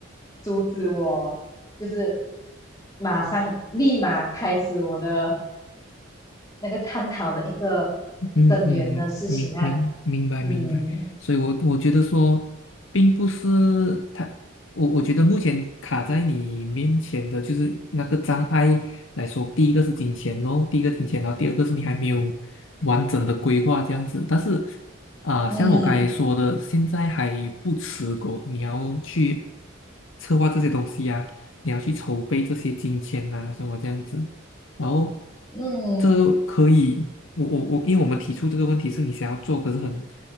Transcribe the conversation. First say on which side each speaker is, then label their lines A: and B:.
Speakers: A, on the left (about 20°); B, on the left (about 75°).
A: 阻止我，就是马上立马开始我的那个探讨的一个
B: 嗯嗯，
A: 根源的事情啊，
B: 明明明白明白，
A: 嗯
B: 所以我我觉得说，并不是他，我我觉得目前卡在你面前的就是那个障碍来说，第一个是金钱咯，第一个金钱，然后第二个是你还没有完整的规划这样子。但是啊、
A: 嗯。
B: 像我刚才说的，现在还不迟过，你要去策划这些东西啊，你要去筹备这些金钱啊，什么这样子。然后
A: 嗯，
B: 这可以，我我我，因为我们提出这个问题是你想要做，可是很，